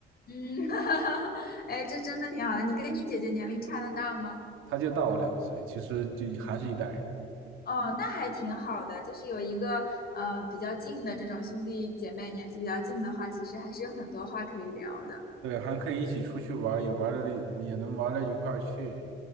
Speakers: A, on the left; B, on the right.
A: 嗯，<laughs> 哎，这真的挺好的。你跟你姐姐年龄差的大吗？
B: 她就大我两岁，其实就还是一代人。
A: 哦，那还挺好的，就是有一个呃比较近的这种兄弟姐妹，年纪比较近的话，其实还是有很多话可以聊的。
B: 对，还可以一起出去玩儿，也玩的也能玩到一块儿去。